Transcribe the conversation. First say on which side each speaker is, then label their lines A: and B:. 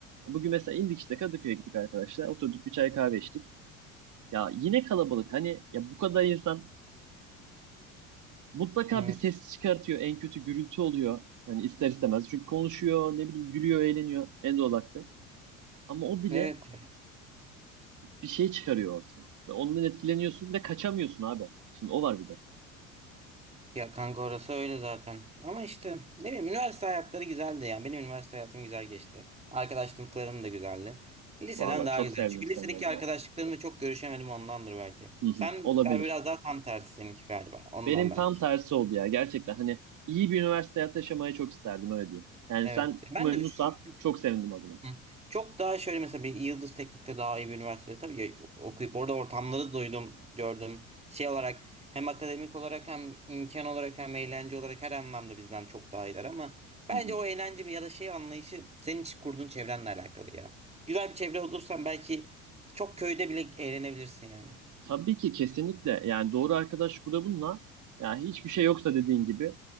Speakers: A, on the right; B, on the right.
A: Bugün mesela indik işte Kadıköy'e gittik arkadaşlar. Oturduk bir çay kahve içtik. Ya yine kalabalık. Hani ya bu kadar insan mutlaka
B: Evet.
A: bir ses çıkartıyor. En kötü gürültü oluyor. Hani ister istemez. Çünkü konuşuyor, ne bileyim gülüyor, eğleniyor. En doğal hakkı. Ama o bile
B: Evet.
A: bir şey çıkarıyor ortaya. Ve ondan etkileniyorsun ve kaçamıyorsun abi. Şimdi o var bir de.
B: Ya kanka orası öyle zaten. Ama işte ne bileyim üniversite hayatları güzeldi ya. Benim üniversite hayatım güzel geçti. Arkadaşlıklarım da güzeldi. Liseden
A: Valla
B: daha
A: çok
B: güzel.
A: sevdim
B: Çünkü
A: senin
B: lisedeki
A: adına.
B: arkadaşlıklarımla çok görüşemedim ondandır belki.
A: Hı hı,
B: Sen
A: olabilir.
B: biraz daha tam tersi seninki galiba. Ondan
A: Benim
B: belki.
A: tam tersi oldu ya. Gerçekten hani iyi bir üniversite hayatı yaşamayı çok isterdim öyle diyeyim. Yani
B: Evet.
A: sen
B: Ben
A: memnunsan
B: de üç-
A: çok sevindim adına.
B: Hı. Çok daha şöyle mesela bir Yıldız Teknik'te daha iyi bir üniversitede tabii ya, okuyup orada ortamları duydum, gördüm. Şey olarak hem akademik olarak hem imkan olarak hem eğlence olarak her anlamda bizden çok daha iyiler ama bence
A: Hı hı.
B: o eğlence bir- ya da şey anlayışı senin hiç kurduğun çevrenle alakalı ya. Güzel bir çevre olursan belki çok köyde bile eğlenebilirsin yani.
A: Tabii ki kesinlikle. Yani doğru arkadaş grubunla ya hiçbir şey yoksa dediğin gibi